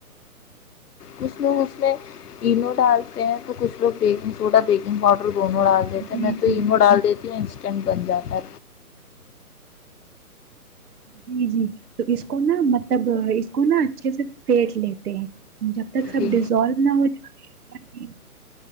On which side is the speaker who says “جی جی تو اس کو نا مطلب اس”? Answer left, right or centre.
Right